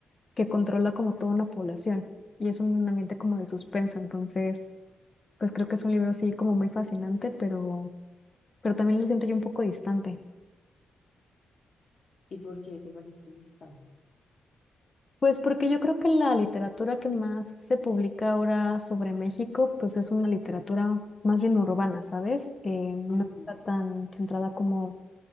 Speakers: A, on the left; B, on the left.
A: que controla como toda una población y es un ambiente como de suspenso, entonces pues creo que es un libro así como muy fascinante, pero, pero también lo siento yo un poco distante.
B: ¿Y por qué te parece distante?
A: Pues porque yo creo que la literatura que más se publica ahora sobre México, pues es una literatura más bien urbana, ¿sabes? Eh, no
B: Ujú,
A: está tan centrada como